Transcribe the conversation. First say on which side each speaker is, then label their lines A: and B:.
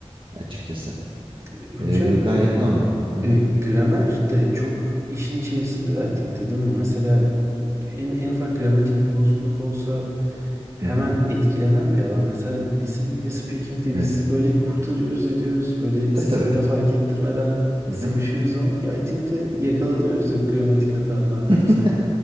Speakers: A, on the right; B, on the right.
A: açıkçası.
B: E,
A: E,
B: Hocam
A: gayet normal. Hı hı.
B: e, gramer de çok işin içerisinde writing'te değil mi? Mesela en, en ufak gramatik bir bozukluk olsa hemen
A: Hı hı.
B: etkilenen bir alan. Mesela listening ve speaking'de
A: Evet.
B: biz böyle kurtarıyoruz ediyoruz. Böyle
A: Tabii
B: sizlere
A: tabii.
B: fark ettirmeden
A: Hı
B: sıvışıyoruz
A: hı.
B: ama writing'te yakalanıyoruz hep gramatik hata falan yapsak.
A: <laughs>